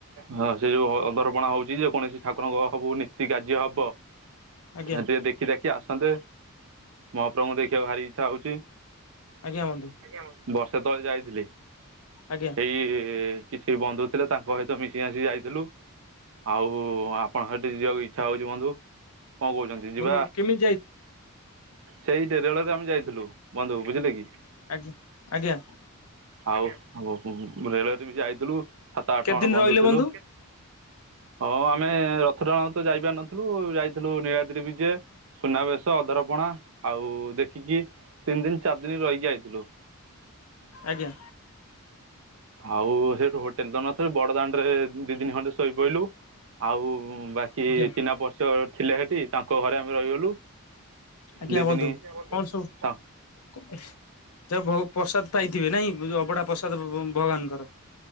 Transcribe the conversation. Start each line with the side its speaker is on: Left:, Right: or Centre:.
Right: ହଁ ସେ ଯୋଉ ଅଧରପଣା ହଉଛି, ଯେ କୌଣସି ଠାକୁରଙ୍କ ହବୁ ନୀତି କାର୍ଯ୍ୟ ହବ।
Left: ଆଜ୍ଞା
Right: ଟିକେ ଦେଖି ଦେଖି ଆସନ୍ତେ ମହାପ୍ରଭୁଙ୍କୁ ଦେଖିବାକୁ ଭାରି ଇଚ୍ଛା ହଉଛି।
Left: ଆଜ୍ଞାନ୍ତୁ।
Right: ଆଜ୍ଞା ହଁ ବର୍ଷେ ତଳେ ଯାଇଥିଲି।
Left: ଆଜ୍ଞା।
Right: କିଛି ବନ୍ଧୁ ଥିଲେ ତାଙ୍କ ସହିତ ମିଶି ଆସି ଯାଇଥିଲୁ। ଆଉ ଆପଣ ସେଠି ଯିବାକୁ ଇଚ୍ଛା ହଉଛି ବନ୍ଧୁ କଣ କହୁଛନ୍ତି
Left: ବନ୍ଧୁ
Right: ଯିବା
Left: କେମିତି ଯାଇ
Right: ସେଇ ରେଳରେ ଆମେ ଯାଇଥିଲୁ ବନ୍ଧୁ ବୁଝିଲେ କି।
Left: ଆଜ୍ଞା ଆଜ୍ଞା।
Right: ଆଉ ହଉ ରେଳୱରେ ବି ଯାଇଥିଲୁ ସାତ ଆଠ
Left: କେତେ
Right: ଜଣ
Left: ଦିନ
Right: ବନ୍ଦ
Left: ରହିଲେ
Right: ଥିଲୁ।
Left: ବନ୍ଧୁ
Right: ହଁ ଆମେ ରଥଡାଣ ତ ଯାଇପାର ନଥିଲୁ ଯାଇଥିଲୁ ନୀଳାଦି ବି ଯିଏ। ସୁନାବେଶ ଅଧରପଣା ଆଉ ଦେଖିକି ତିନି ଦିନ ଚାରି ଦିନ ରହିକି ଆଇଥିଲୁ।
Left: ଆଜ୍ଞା।
Right: ଆଉ ସେଇଠୁ ହୋଟେଲ ତ ନଥ ବଡ ଦାଣ୍ଡ ରେ ଦି ଦିନ ଖଣ୍ଡେ ଶୋଇପଲୁ ଆଉ ବାକି
Left: ଆଜ୍ଞା
Right: ଚିନା ପରିଚୟ ଥିଲେ ସେଠି ତାଙ୍କ ଘରେ ଆମେ ରହିଗଲୁ
Left: ଆଜ୍ଞା
Right: ଦୁଇ
Left: ହୁନ୍ତୁ
Right: ଦିନ
Left: କଣ ସବୁ ଯ ବହୁ ପ୍ରସାଦ ପାଇଇଥିବେ ନାଇଁ ଅବଡ଼ା ପ୍ରସାଦ ଭଭଭ ଭଗବାନଙ୍କର।